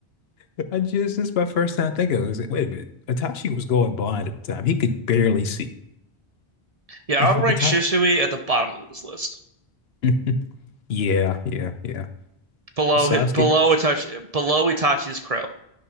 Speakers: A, on the left; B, on the right.
A: <laughs> I just this is my first time thinking. of it. I was like, wait a minute, Itachi was going blind at the time. He could barely see.
B: Yeah,
A: <laughs>
B: I would rank
A: Itachi.
B: Shisui at the bottom of this list,
A: Mm. Yeah, yeah, yeah.
B: below
A: Sasuke.
B: hi- below Itachi, below Itachi's crow.